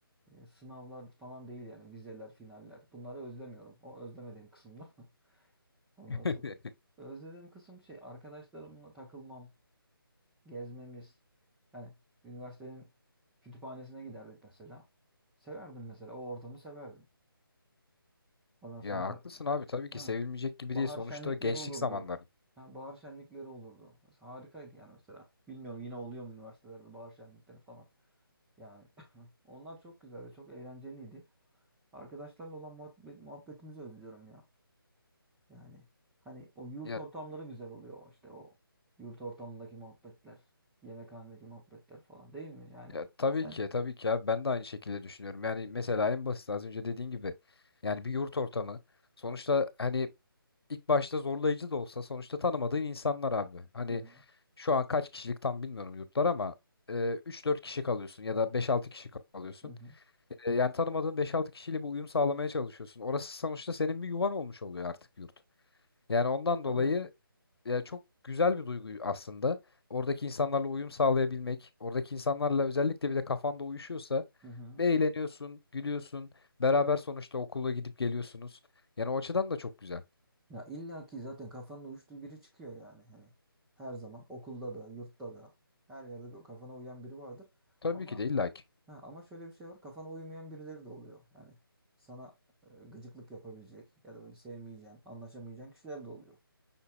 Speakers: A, in the centre; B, on the left (about 85°).
A: e, sınavlar falan değil yani vizeler, finaller. Bunları özlemiyorum. O özlemediğim kısımda. <laughs> Ondan
B: <laughs>
A: sonra. Özlediğim kısım şey arkadaşlarımla takılmam gezmemiz. Yani üniversitenin kütüphanesine giderdik mesela. Severdim mesela. O ortamı severdim. Ondan
B: Ya
A: sonra ar-
B: haklısın abi tabii ki
A: ha,
B: sevilmeyecek gibi
A: bahar
B: değil sonuçta
A: şenlikleri
B: gençlik
A: olurdu.
B: zamanların.
A: Ha, bahar şenlikleri olurdu. Mesela harikaydı yani mesela. Bilmiyorum yine oluyor mu üniversitelerde bahar şenlikleri falan. Yani <laughs> onlar çok güzeldi. Çok eğlenceliydi. Arkadaşlarla olan muhabbet, muhabbetimizi özlüyorum ya. Yani hani o yurt
B: Ya
A: ortamları güzel oluyor işte o yurt ortamındaki muhabbetler, yemekhanedeki muhabbetler falan değil mi? Yani
B: Ya tabii
A: sen
B: ki tabii ki abi ben de aynı şekilde düşünüyorum. Yani mesela en basit az önce dediğin gibi yani bir yurt ortamı sonuçta hani ilk başta zorlayıcı da olsa sonuçta tanımadığın insanlar abi. Hani
A: Hı hı,
B: şu an kaç kişilik tam bilmiyorum yurtlar ama e, 3-4 kişi kalıyorsun ya da beş altı kişi kalıyorsun.
A: hı hı.
B: E, yani tanımadığın beş altı kişiyle bir uyum sağlamaya çalışıyorsun. Orası sonuçta senin bir yuvan olmuş oluyor artık yurt. Yani ondan
A: Tabii.
B: dolayı ya çok güzel bir duygu aslında. Oradaki insanlarla uyum sağlayabilmek, oradaki insanlarla özellikle bir de kafanda uyuşuyorsa
A: Hı hı.
B: eğleniyorsun, gülüyorsun, beraber sonuçta okula gidip geliyorsunuz. Yani o açıdan da çok güzel.
A: Ya illa ki zaten kafanın uyuştuğu biri çıkıyor yani hani her zaman okulda da yurtta da her yerde bir kafana uyan biri vardır.
B: Tabii
A: Ama
B: ki de illa ki.
A: ha, ama şöyle bir şey var kafana uymayan birileri de oluyor. Yani sana e, gıcıklık yapabilecek ya da böyle sevmeyeceğin, anlaşamayacağın kişiler de oluyor.